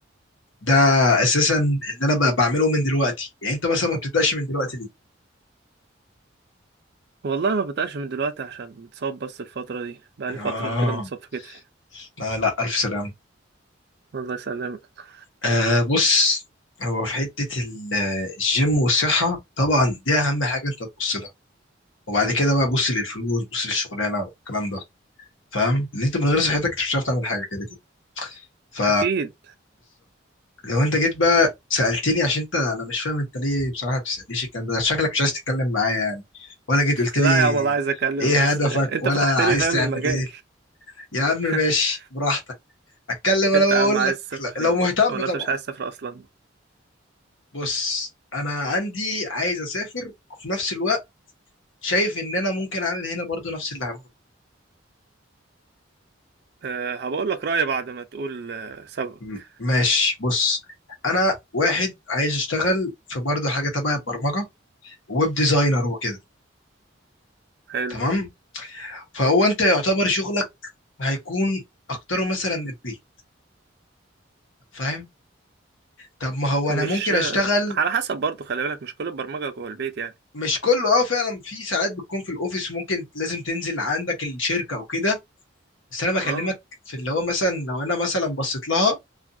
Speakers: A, on the left; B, on the right.
A: ده اساسا اللي انا ب- بعمله من دلوقتي يعني انت مثلا ما بتبدأش من دلوقتي ليه؟
B: والله ما بدأش من دلوقتي عشان متصاب بس الفترة دي بقالي
A: اه
B: فترة كده متصاب في كتفي
A: لا لا الف سلام
B: الله يسلمك
A: آه بص هو في حتة ال- آه، الجيم والصحة طبعا دي اهم حاجة انت تبص لها وبعد كده بقى بص للفلوس بص للشغلانة والكلام ده فاهم؟ ان انت من غير صحتك انت مش هتعرف تعمل حاجة كده كده ف
B: اكيد
A: لو انت جيت بقى سألتني عشان انت انا مش فاهم انت ليه بصراحة بتسألنيش الكلام ده شكلك مش عايز تتكلم معايا يعني ولا جيت قلت
B: لا
A: لي
B: يا عم والله عايز اتكلم
A: ايه
B: بس
A: هدفك
B: انت
A: ولا
B: فتحت
A: عايز
B: لي فاهم
A: تعمل
B: المجال
A: ايه يا عم ماشي
B: <laughs>
A: براحتك اتكلم انا
B: انت
A: بقى
B: يا
A: اقول
B: عم عايز
A: لك
B: تسافر
A: لا-
B: فين
A: لو مهتم
B: ولا
A: طبعا
B: انت مش عايز تسافر اصلا
A: بص انا عندي عايز اسافر وفي نفس الوقت شايف ان انا ممكن اعمل هنا برضو نفس اللي هعمله
B: أه هبقول لك رايي بعد ما تقول أه، سببك
A: م- ماشي بص انا واحد عايز اشتغل في برضو حاجة تبع البرمجة ويب ديزاينر وكده
B: حلو
A: تمام فهو انت يعتبر شغلك هيكون اكتره مثلا من البيت فاهم طب ما هو انا
B: مش
A: ممكن
B: أه،
A: اشتغل
B: على حسب برضو خلي بالك مش كل البرمجه جوه البيت يعني
A: مش كله اه فعلا في ساعات بتكون في الاوفيس ممكن لازم تنزل عندك الشركه او كده بس انا بكلمك
B: اه
A: في اللي هو مثلا لو انا مثلا بصيت لها